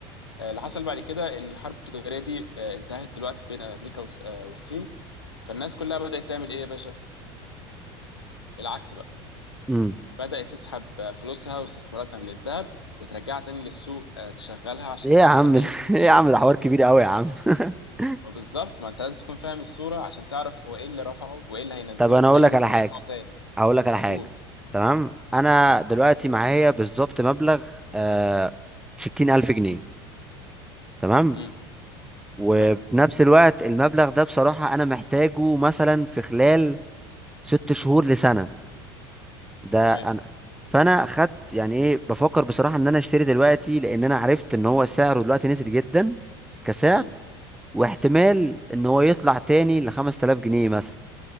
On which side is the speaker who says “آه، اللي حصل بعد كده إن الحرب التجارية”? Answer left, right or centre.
Left